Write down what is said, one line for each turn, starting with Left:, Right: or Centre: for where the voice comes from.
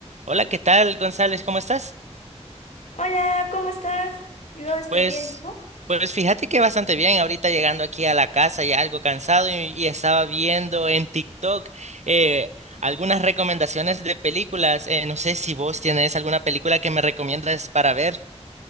Right: Hola, ¿qué tal, González? ¿Cómo estás?
Left: Hola, ¿cómo estás? Yo estoy
Right: Pues,
Left: bien, ¿no?
Right: pues fíjate que bastante bien. Ahorita llegando aquí a la casa ya algo cansado y, y estaba viendo en TikTok eh, algunas recomendaciones de películas. Eh, no sé si vos tienes alguna película que me recomiendas para ver.